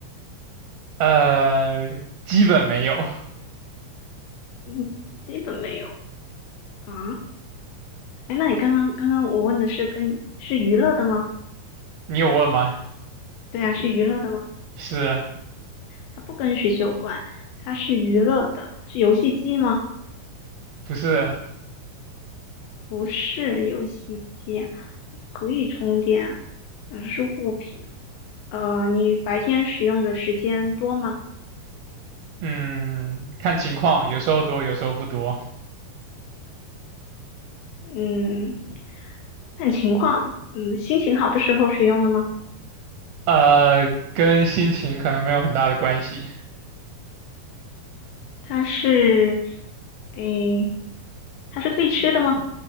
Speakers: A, on the right (about 75°); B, on the left (about 85°).
A: 呃，基本没有。
B: 嗯，基本没有啊。哎，那你刚刚刚刚我问的是跟是娱乐的吗？
A: 你有问吗？
B: 对啊，是娱乐的吗？
A: 是
B: 它不跟学习有关，它是娱乐的，是游戏机吗？
A: 不是？
B: 不是游戏机，它可以充电，呃，是物品。呃，你白天使用的时间多吗？
A: 嗯，看情况，有时候多，有时候不多。
B: 嗯，看情况。嗯，心情好的时候使用的吗？
A: 呃，跟心情可能没有很大的关系。
B: 它是，诶，它是可以吃的吗？